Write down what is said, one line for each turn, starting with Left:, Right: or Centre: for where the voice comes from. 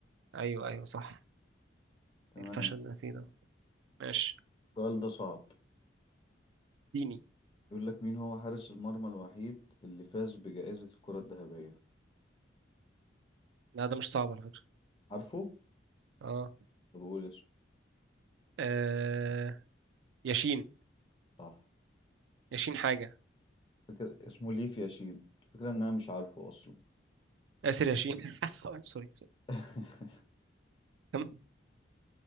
Right: ايوه ايوه صح
Left: تمام
Right: الفشل اللي أنا فيه ده ماشي
Left: السؤال ده صعب
Right: ديني
Left: يقول لك مين هو حارس المرمى الوحيد اللي فاز بجائزة الكرة الذهبية
Right: لا ده مش صعب على فكره
Left: عارفه؟
Right: اه
Left: طب بقول اسمه
Right: آه، ياشين
Left: صح
Right: ياشين حاجه
Left: فكرة اسمه ليف ياشين الفكرة ان انا مش عارفه اصلا
Right: اسر ياشين <laughs> سوري سوري
Left: <laughs>
Right: كم؟